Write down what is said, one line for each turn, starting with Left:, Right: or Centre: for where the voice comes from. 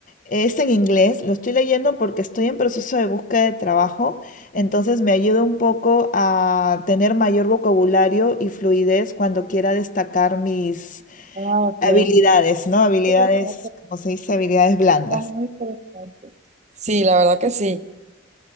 Left: Es en inglés, lo estoy leyendo porque estoy en proceso de búsqueda de trabajo, entonces me ayuda un poco a tener mayor vocabulario y fluidez cuando quiera destacar mis,
Right: Ah, ok.
Left: Habilidades, ¿no? Habilidades,
Right: Sí, bastante,
Left: como se dice, habilidades blandas.
Right: Son muy interesantes. Sí, la verdad que sí.